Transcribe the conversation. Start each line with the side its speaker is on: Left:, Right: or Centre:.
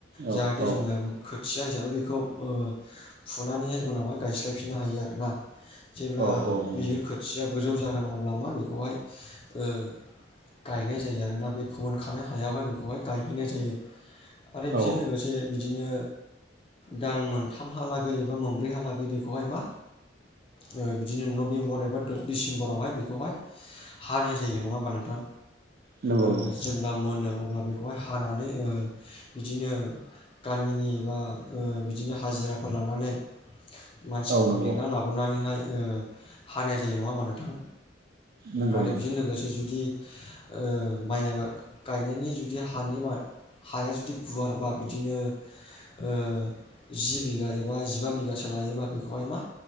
Right: औ
Left: जाहाथे जोङो
Right: औ
Left: खोथिया हिसाबै बेखौ ओ फुनानैहाय उनावहाय गायस्लायफिननो हायो आरोना। जेब्ला
Right: औ
Left: बियो
Right: नंगौ
Left: खोथिया गोजौ जागोन अब्ला मा बेखौहाय ओ गायनाय जायो आरोना बे फोमोनखानाय हायावहाय बेखौहाय गायहैनाय जायो आरो बेजों
Right: औ
Left: लोगोसे बिदिनो दान मोनथामहालागै एबा मोनब्रैहालागै बेखौहाय मा ओ‌ बिदिनो नभेम्बर एबा डिसेम्बरावहाय बेखौहाय हानाय जायो नङा होमबा नोंथां
Right: नंगौ
Left: ओ
Right: नंगौ
Left: जेब्ला मोन अब्ला बेखौहाय हानानै बिदिनो गामिनि एबा ओ बिदिनो हाजिराफोर लानानै मानसिफोरखौ
Right: औ
Left: लिंना लाबोनानैहाय ओ हानाय जायो। नङा होमबा नोंथां?
Right: नंगौ
Left: आरो
Right: नंगौ
Left: बेजों लोगोसे जुदि ओ माइ आबाद गायनायनि जुदि हानि मा हाया जुदि गुवारबा बिदिनो ओ जि बिगा एबा जिबा बिगासो लायोबा बेखौहाय मा